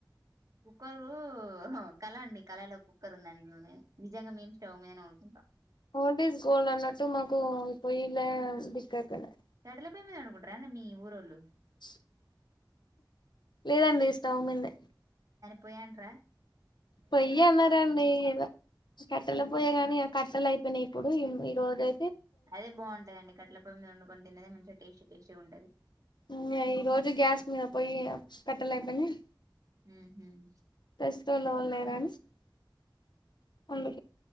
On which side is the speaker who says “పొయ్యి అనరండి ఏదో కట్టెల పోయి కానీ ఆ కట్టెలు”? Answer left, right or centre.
Left